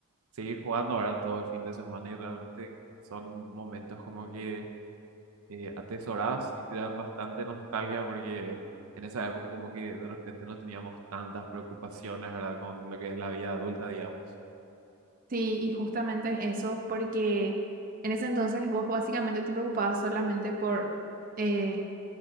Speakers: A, on the right (about 75°); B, on the right (about 40°).
A: seguir jugando ahora todo el fin de semana y realmente son momentos como que eh, atesorás y te dan bastante nostalgia porque en esa época como que de repente no teníamos tantas preocupaciones, ¿verdad? Con lo que es la vida adulta, digamos.
B: Sí, y justamente es eso, porque en ese entonces vos básicamente te preocupabas solamente por eh,